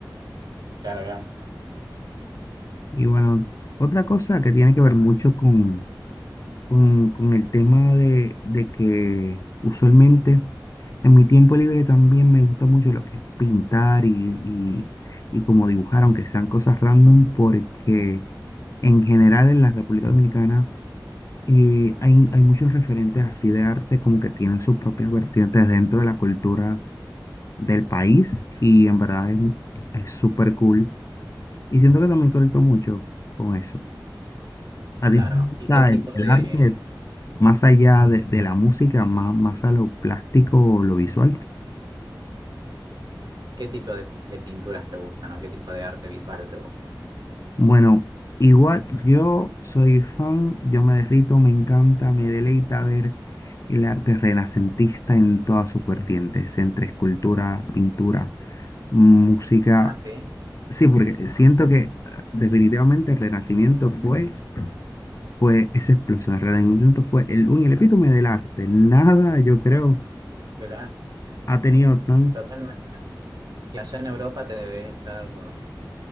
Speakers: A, on the right; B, on the left.
A: Claro, claro.
B: Y bueno, otra cosa que tiene que ver mucho con con, con el tema de, de que usualmente en mi tiempo libre también me gusta mucho lo que es pintar y, y, y como dibujar, aunque sean cosas random, porque en general en la República Dominicana eh, hay, hay muchos referentes así de arte como que tienen sus propias vertientes dentro de la cultura del país y en verdad es, es súper cool. Y siento que también conecto mucho con eso. A
A: Claro,
B: ti, te gusta
A: ¿y qué tipo
B: el el
A: de,
B: arte, más allá de, de la música, más, más a lo plástico, lo visual.
A: qué tipo de, de pinturas te gustan o qué tipo de arte visual te gusta?
B: Bueno, igual yo soy fan, yo me derrito, me encanta, me deleita ver el arte renacentista en todas sus vertientes, entre escultura, pintura, música.
A: Ah, sí,
B: Sí, porque siento que eh, definitivamente el Renacimiento fue, fue esa explosión, el Renacimiento fue el, un- el epítome del arte. Nada, yo creo,
A: claro,
B: ha tenido tan...
A: totalmente. Y allá en Europa te debes estar